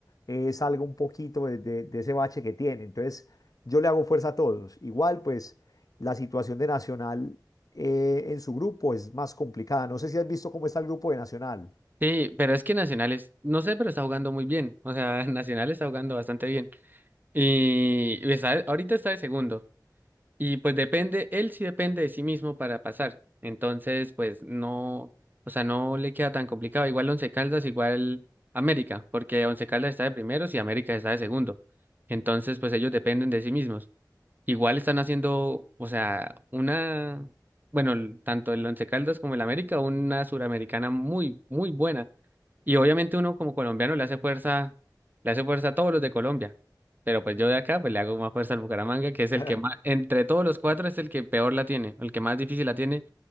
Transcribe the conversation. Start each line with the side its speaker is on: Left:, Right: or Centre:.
Left: eh, salga un poquito de, de- de ese bache que tiene. Entonces, yo le hago fuerza a todos. Igual, pues, la situación de Nacional eh, en su grupo es más complicada. No sé si has visto cómo está el grupo de Nacional.
Right: Sí, pero es que Nacionales, no sé, pero está jugando muy bien. O sea, <laughs> Nacional está jugando bastante bien. Y, y está- ahorita está de segundo. Y pues depende, él sí depende de sí mismo para pasar. Entonces, pues no, o sea, no le queda tan complicado. Igual Once Caldas, igual América, porque Once Caldas está de primeros y América está de segundo. Entonces, pues ellos dependen de sí mismos. Igual están haciendo, o sea, una, bueno, el- tanto el Once Caldas como el América, una suramericana muy, muy buena. Y obviamente uno como colombiano le hace fuerza, le hace fuerza a todos los de Colombia. Pero pues yo de acá pues le hago más fuerza al Bucaramanga, que es el
Left: <laughs>
Right: que más, entre todos los cuatro es el que peor la tiene, el que más difícil la tiene,